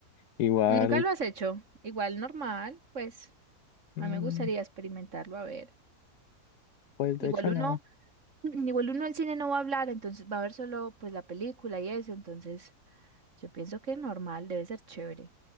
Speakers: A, on the left (about 75°); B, on the right (about 50°).
A: Igual,
B: Nunca lo has hecho, igual normal, pues.
A: mm,
B: A mí me gustaría experimentarlo, a ver.
A: pues de
B: Igual
A: hecho
B: uno,
A: no.
B: <laughs> <clears throat> igual uno al cine no va a hablar, entonces va a ver solo pues la película y eso, entonces yo pienso que normal, debe ser chévere.